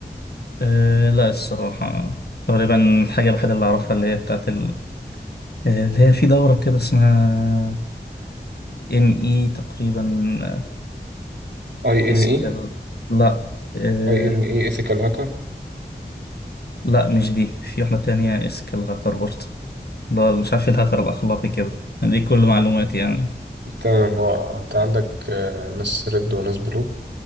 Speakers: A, on the left; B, on the right.
A: آه، لا الصراحة تقريبا الحاجة الوحيدة اللي أعرفها اللي هي بتاعت ال... آه، اللي هي في دورة كده اسمها ام اي تقريبا آه،
B: أي إن
A: اسكال
B: إي
A: لا آه،
B: أي إن إي إيثيكال هاكر
A: لا مش دي في واحدة تانية اسكال هاكر برضه لا مش عارف إيه الهاكر الأخلاقي كده دي كل معلوماتي يعني
B: تمام هو انت عندك آه، ناس ريد وناس بلو